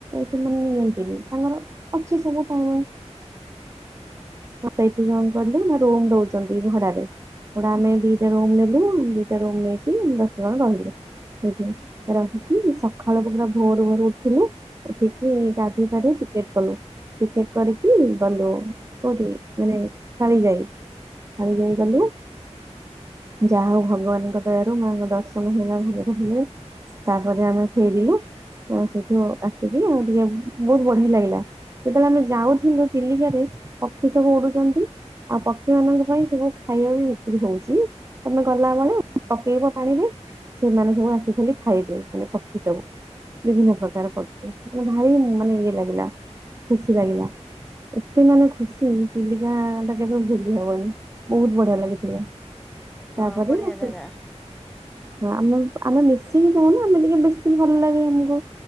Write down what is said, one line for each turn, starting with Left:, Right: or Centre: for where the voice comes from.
Right: ସେମାନେ ନିଅନ୍ତିନି ତାଙ୍କର ଅଛି ସବୁ ଟାଇମ ମତ ଏଠିକି କଣ କିଲୁ ନା ରୋମ ଦଉଛନ୍ତି ଭଡାରେ। ଗୋଟା ଆମେ ଦିଟା ରୁମ ନେଲୁ ଦିଟା ରୁମ ନେଇକି ଦଶ ଜଣ ରହିଲୁ। ସେ ରହିିକି ସକାଳୁ ପା ଭୋର ଭୋର ଉଠିଲୁ। ଉଠିକି ଗାଧୋଇ ଫଧେଇ ଟିକେଟ କଲୁ ଟିକେଟ କରିକି ଗଲୁ। କୋଉଠି ମାନେ କାଳି ଯାଇ କାଳି ଯାଇ ଗଲୁ। ଯାହା ହଉ ଭଗବାନଙ୍କ ଦୟାରୁ ମାଆଙ୍କ ଦର୍ଶନ ହେଇଗଲା ଭଲରେ ଭଲ ତାପରେ ଆମେ ଫେରିଲୁ ସେଇଠୁ ଆସିକି ଆଉ ଟିକେ ବହୁତ ବଢିଆ ଲାଗିଲା। ଯେତେବେଳେ ଆମେ ଯାଉଥିଲୁ ଚିଲିକାରେ ପକ୍ଷୀ ସବୁ ଉଡୁଛନ୍ତି। ଆଉ ପକ୍ଷୀ ମାନଙ୍କ ପାଇଁ ସବୁ ଖାଇବା ବି ବିକ୍ରି ହଉଛି। ତମେ ଗଲାବେଳେ ପକେଇବ ପାଣିରେ। ସେମାନେ ସବୁ ଆସିି ଖାଇବେ ମାନେ ପକ୍ଷୀ ସବୁ। ବିଭିନ୍ନ ପ୍ରକାର ପକ୍ଷୀ <unintelligible> ଭାରି ମାନେ ଇଏ ଲାଗିଲା ଖୁସି ଲାଗିଲା। ଏତେ ମାନଙ୍କ ଖୁସି ଚିଲିକା ଟା କେବେ ଭୁଲି ହବନି ବହୁତ ବଢିଆ ଲାଗିଥିବ।
Centre: ହଁ
Right: ତାପରେ
Centre: ବଢିଆ
Right: ଆସି
Centre: ଜାଗା
Right: ହଁ ଆମ ଆମେ ମିଶିକି ଯଉ ନା ଆମେ ଟିକେ ବେଶୀ ଭଲ ଲାଗେ ଆମକୁ